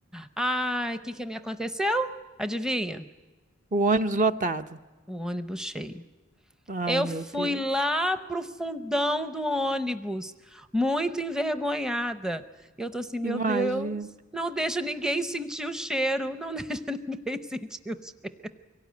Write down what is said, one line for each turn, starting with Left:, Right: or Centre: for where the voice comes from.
Centre: Ai, o que que me aconteceu? Adivinha?
Right: O ônibus lotado.
Centre: O ônibus cheio.
Right: Ai,
Centre: Eu
Right: meu
Centre: fui
Right: Deus.
Centre: lá pro fundão do ônibus, muito envergonhada. E eu tô assim, meu
Right: Imagina.
Centre: Deus, não deixa ninguém sentir o cheiro, não <laughs> deixa ninguém sentir o cheiro.